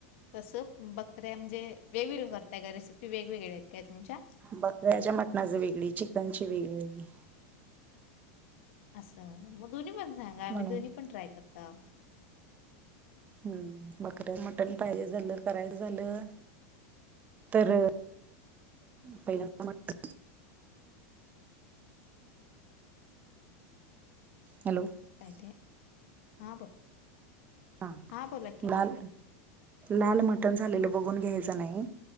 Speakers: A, on the left; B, on the right.
A: कसं बकऱ्या म्हणजे वेगवेगळ्या करताय का रेसिपी वेगवेगळ्या आहेत काय तुमच्या
B: बकऱ्याच्या मटणाच वेगळी चिकनची वेगळी
A: अस आस व्हय म दोन्ही पण सांगा
B: म्हणून
A: मी दोन्ही पण ट्राय करताव.
B: हम्म बकऱ्या मटण पाहिजे झालं करायच झालं तर पहिल्यांदा मटन हॅलो
A: काय काय हा बोला
B: हा
A: बोला की
B: लाल लाल म मटन झालेलं बघून घ्यायचं नाही